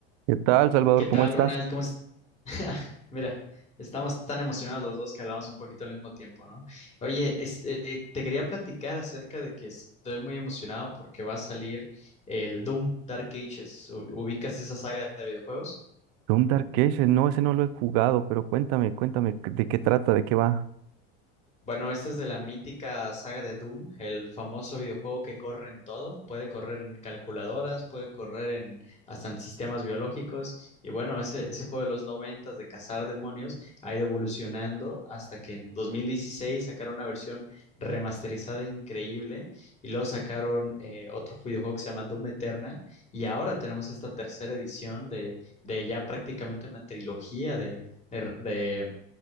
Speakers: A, on the right; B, on the left.
A: ¿Qué tal, Salvador?
B: ¿Qué tal,
A: ¿Cómo estás?
B: Ronald? ¿Cómo es? <laughs> Mira, estamos tan emocionados los dos que hablamos un poquito al mismo tiempo, ¿no? Oye, es- eh, te quería platicar acerca de que estoy muy emocionado porque va a salir el Doom Dark Ages. ¿U- ¿Ubicas esa saga de videojuegos?
A: Doom Dark Ages, no, ese no lo he jugado, pero cuéntame, cuéntame, ¿de qué trata? ¿De qué va?
B: Bueno, esta es de la mítica saga de Doom, el famoso videojuego que corre en todo, puede correr en calculadoras, puede correr en hasta en sistemas biológicos y bueno, ese, ese juego de los noventas de cazar demonios ha ido evolucionando hasta que en 2016 sacaron una versión remasterizada increíble y luego sacaron eh, otro videojuego que se llama Doom Eternal y ahora tenemos esta tercera edición de, de ya prácticamente una trilogía de, de, de